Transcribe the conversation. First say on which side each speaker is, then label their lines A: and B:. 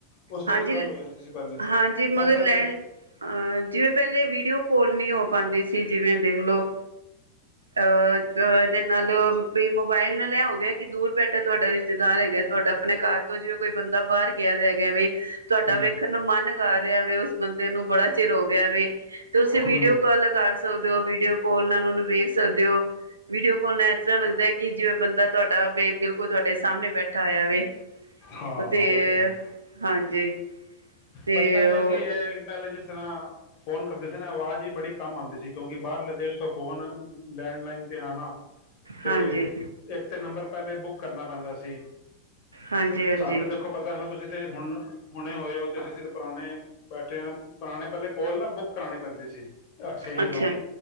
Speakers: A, on the left; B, on the right.
A: ਉਸ
B: -ਹਾਂਜੀ
A: 'ਤੇ ਵੀ ਗੱਲ ਹੋ ਜਾਂਦੀ ਸੀ ਪਹਿਲੇ
B: -ਹਾਂਜੀ
A: ਪਰ
B: ਮਗਰ
A: ਪਹਿਲੇ
B: ਲੈਡ ਜਿਵੇਂ ਪਹਿਲੇ ਵੀਡੀਓ ਕੋਲ ਨਹੀਂ ਹੋ ਪਾਉਂਦੀ ਸੀ ਜਿਵੇਂ ਦੇਖਲੋ ਅਹ ਇਹਦੇ ਨਾਲ ਵੀ ਮੋਬਾਇਲ ਨਾਲ ਲ ਹੋ ਗਿਆ ਕਿ ਦੂਰ ਬੈਠਾ ਤੁਹਾਡਾ ਰਿਸ਼ਤੇਦਾਰ ਹੈਗਾ ਤੁਹਾਡਾ ਆਪਣੇ ਘਰ ਤੋਂ ਜਿਵੇਂ ਕੋਈ ਬੰਦਾ ਬਾਹਰ ਗਿਆ ਹੈਗਾ ਵੇ ਤੁਹਾਡਾ
A: ਹੂੰ
B: ਵੇਖਣ ਨੂੰ ਮਨ ਕਰ ਰਿਹਾ ਵ ਉਸ ਬੰਦੇ ਨੂੰ ਬੜਾ ਚਿਰ ਹੋ ਗਿਆ ਵ ਤੁਸੀਂ ਵੀਡੀਓ
A: ਹੂੰ
B: ਕਾਲ ਕਰ ਸਕਦੇ ਹੋ ਵੀਡੀਓ ਕਾਲ ਨਾਲ ਵੇ- ਕਰ ਸਕਦੇ ਹੋ ਵੀਡੀਓ ਕਲ ਇਸ ਤਰ੍ਹਾਂ ਲੱਗਦਾ ਹੈ। ਕਿ ਜਿਵੇਂ ਬੰਦਾ ਤੁਹਾਡਾ ਬਿਲਕੁਲ ਤੁਹਾਡੇ ਸਾਹਮਣੇ ਬੈਠਾ ਹੋਇਆ ਵੇ।
A: ਹਾਂ
B: ਉਤੇ
A: ਉਹ ਤੇ ਹੈ
B: ਹਾਂਜੀ ਤੇ
A: ਬਸ ਪਹਿਲੇ
B: ਉਹ
A: ਐਸੀੇ ਹੈ। ਪਹਿਲੇ ਜਿਸ ਤਰ੍ਹਾਂ ਫੋਨ ਕਰਦੇ ਸੀ ਨਾ ਆਵਾਜ਼ ਹੀ ਬੜੀ ਕੰਮ ਆਉਂਦੀ ਸੀ ਕਿਉਂਕਿ ਬਾਹਰਲੇ ਦੇਸ਼ ਤੋਂ ਫੋਨ ਲੈਂਡ ਲਈਨ ਤੇ ਆਉਣਾ ਤੇ
B: ਹਾਂਜੀ
A: ਇੱਕ ਤੇ ਨੰਬਰ ਪਹਿਲੇ ਬੁੱਕ ਕਰਨਾ ਪੈਂਦਾ ਸੀ।
B: ਹਾਂਜੀ ਹਾਂਜੀ
A: ਸਾਨੂੰ ਤੇ ਦੇਖੋ ਪਤਾ ਹੈ ਨਾ ਤੁਸੀਂ ਹੁਣ ਹੁਣੇ ਹੋਏ ਹੋ ਪੁਰਾਣੇ ਬੈਠੇਿਆਂ ਪੁਰਾਣੇ ਪਹਿਲੇ ਕੋਲ ਨਾ ਬੁੱਕ ਕਰਾਉਣੀ ਪੈਂਦੀ ਸੀ। ਏਕਸ ਚੇਂਜ
B: ਅੱਛਾ
A: ਤੋਂ